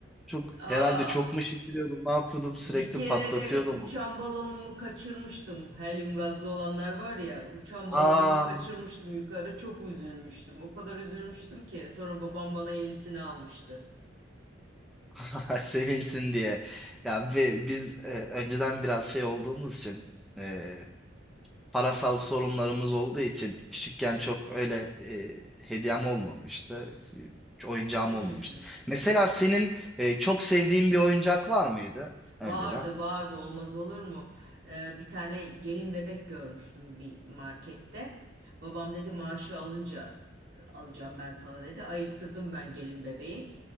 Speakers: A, in the centre; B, on the right.
A: Çok
B: Aa.
A: herhalde çok mu şişiriyordum? Ne yapıyordum? Sürekli
B: Bir kere
A: patlatıyordum
B: de uçan
A: onu.
B: balonumu kaçırmıştım. Helyum gazlı olanlar var ya, uçan balonumu
A: Aa,
B: kaçırmıştım yukarı. Çok üzülmüştüm. O kadar üzülmüştüm ki sonra babam bana yenisini almıştı.
A: <laughs> sevinsin diye. Ya ve biz e, önceden biraz şey olduğumuz için e, parasal sorunlarımız olduğu için küçükken çok öyle e, hediyem olmamıştı. Hiç Oyuncağım
B: Hmm.
A: olmamıştı. Mesela senin e, çok sevdiğin bir oyuncak var mıydı önceden?
B: Vardı vardı olmaz olur mu? Ee, bir tane gelin bebek görmüştüm bir markette. Babam dedi maaşı alınca e, alacağım ben sana dedi. Ayırttırdım ben gelin bebeği.